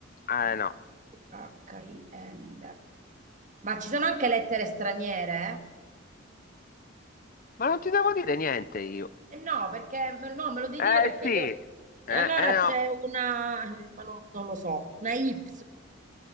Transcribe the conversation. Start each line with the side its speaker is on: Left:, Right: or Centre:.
Left: Eh
Right: F,
Left: no.
Right: G, H, I, L. Ma ci sono anche lettere straniere?
Left: Ma non ti devo dire niente io.
Right: Eh no, perché me- no, me lo devi
Left: Eh
Right: dire perché
Left: sì.
Right: io. E
Left: Eh,
Right: allora
Left: eh
Right: c'è
Left: no.
Right: una, ma non, non lo so, una Y,